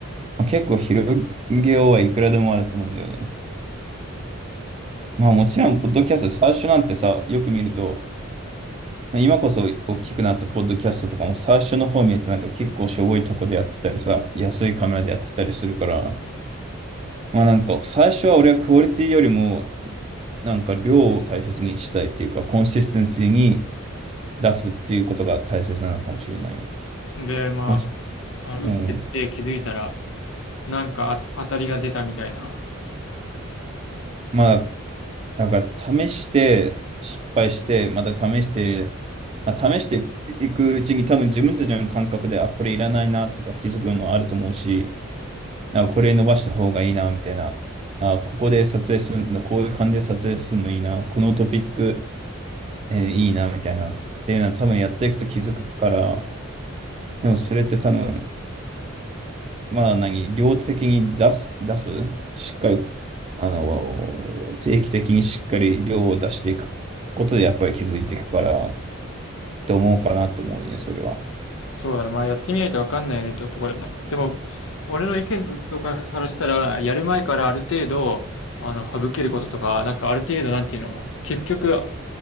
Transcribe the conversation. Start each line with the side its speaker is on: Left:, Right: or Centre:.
Right: まあ、結構広げようはいくらでもあると思うんだよね。まあもちろん、ポッドキャスト、最初なんてさ、よく見ると、今こそ大きくなったポッドキャストとかも最初の方見るとなんか結構しょぼいとこでやってたりさ、安いカメラでやってたりするから、まあなんか最初は俺はクオリティよりもなんか量を大切にしたいっていうかコンシステンシーに出すっていうことが大切なのかもしれないよね。
Left: で、ま
Right: もち、
Left: あ、あ、打ってって気づいたら、
Right: うん。
Left: なんかあ当たりが出たみたいな。
Right: まあだから試して失敗してまた試して、まあ、試していくうちに多分自分たちの感覚であこれいらないなとか気づくのあると思うしなんかこれ伸ばした方がいいなみたいなあここで撮影するのこういう感じで撮影するのいいなこのトピックえーいいな、みたいな、っていうのは多分やっていくと気づくから、でもそれって多分、まあ何、量的に出す、出す、しっかり、あの、定期的にしっかり量を出していくことでやっぱり気づいていくから、って思うかなって思うよね、それは。
Left: そうだな、まあやってみないとわかんないよねってところだな。でも、俺の意見とかからしたら、やる前からある程度、あの、省けることとか、なんかある程度、なんていうの、結局、